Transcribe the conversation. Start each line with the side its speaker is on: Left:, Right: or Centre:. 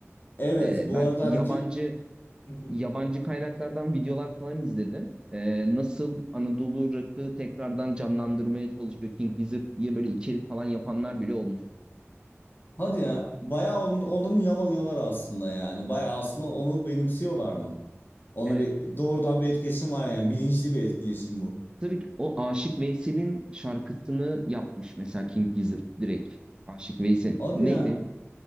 Left: Evet,
Right: Ee,
Left: bu
Right: ben
Left: arada
Right: yabancı
Left: hani ki <laughs>
Right: yabancı kaynaklardan videolar falan izledim. Ee, nasıl Anadolu rock'ı tekrardan canlandırmaya çalışıyor King Gizzard diye böyle içerik falan yapanlar bile olmuş.
Left: Hadi ya. Bayağı onun,
Right: Evet.
Left: ondan ilham alıyorlar aslında yani. Bayağı aslında onu benimsiyorlar mı? Ona
Right: Evet.
Left: bir doğrudan bir etkileşim var yani bilinçli bir etkileşim bu.
Right: Tabii ki o Aşık Veysel'in şarkısını yapmış mesela King Gizzard direkt. Aşık Veysel.
Left: Hadi
Right: Neydi?
Left: ya.